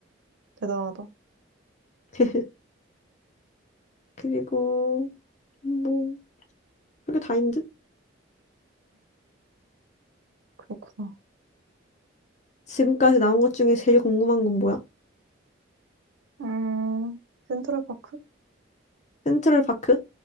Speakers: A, on the right; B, on the left.
A: 대단하다.
B: <laughs> 그리고 뭐 그게 다인 듯?
A: 그렇구나.
B: 지금까지 나온 것 중에 제일 궁금한 건 뭐야?
A: 음, 센트럴파크?
B: 센트럴 파크?